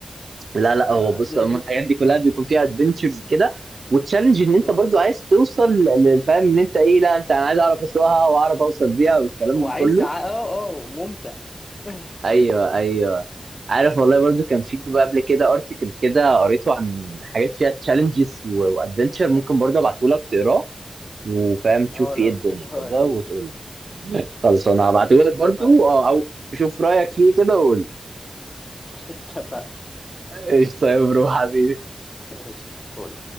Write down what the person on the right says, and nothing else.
لا لا هو
بص عموما الحاجات دي كلها بيكون فيها ادفنتشرز كده وتشالنج ان انت
برضو عايز توصل ل- ل- فاهم ان انت ايه لا انت انا عايز اعرف اسوقها واعرف اوصل بيها والكلام
ده كله
ايوه ايوه عارف والله برضو كان في بقى قبل كده ارتكل كده قريته عن حاجات فيها تشالنجز وادفنتشر ممكن برضو ابعته لك تقراه وفاهم تشوف
فيه
ايه الدنيا
كده وتقول لي. خلاص انا
هبعته لك برضو
اه او شوف رايك فيه كده وقول لي
قشطه يا برو حبيبي